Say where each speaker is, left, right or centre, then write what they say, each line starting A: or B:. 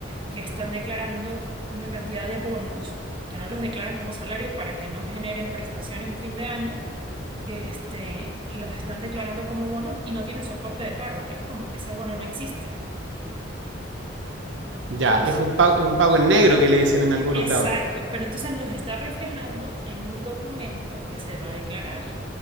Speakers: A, on the right; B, on the right.
A: que están declarando una cantidad de bonos que no los declaran como salario para que no generen prestaciones a fin de año. Este, los están declarando como bonos y no tienen soporte de pago. Es como que ese bono no existe. Entonces,
B: Ya, es un pago, es un pago en negro que le dicen en algunos
A: Exacto,
B: lados.
A: pero entonces los está reflejando en un documento que se va a declarar,